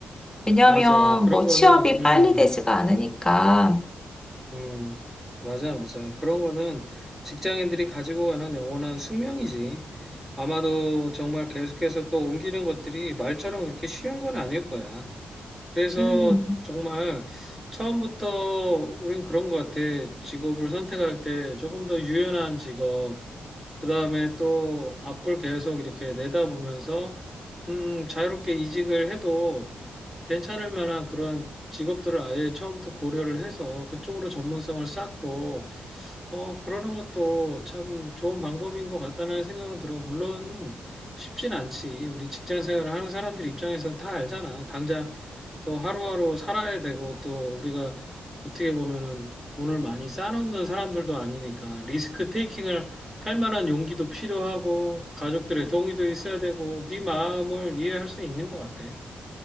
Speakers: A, on the left; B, in the centre.
A: 왜냐하면
B: 맞아. 그런
A: 뭐
B: 거는,
A: 취업이
B: 응,
A: 빨리 되지가 않으니까.
B: 응 맞아, 맞아. 그런 거는 직장인들이 가지고 가는 영원한 숙명이지. 아마도 정말 계속해서 또 옮기는 것들이 말처럼 그렇게 쉬운 건 아닐 거야. 그래서
A: 음.
B: 정말 처음부터 우린 그런 것 같아. 직업을 선택할 때 조금 더 유연한 직업, 그다음에 또 앞을 계속 이렇게 내다보면서 음, 자유롭게 이직을 해도 괜찮을 만한 그런 직업들을 아예 처음부터 고려를 해서 그쪽으로 전문성을 쌓고 어, 그러는 것도 참 좋은 방법인 것 같다는 생각은 들어. 물론 쉽진 않지. 우리 직장 생활을 하는 사람들 입장에서는 다 알잖아. 당장 또 하루하루 살아야 되고 또 우리가 어떻게 보면은 돈을 많이 쌓아놓는 사람들도 아니니까 리스크 테이킹을 할 만한 용기도 필요하고 가족들의 동의도 있어야 되고 네 마음을 이해할 수 있는 것 같아.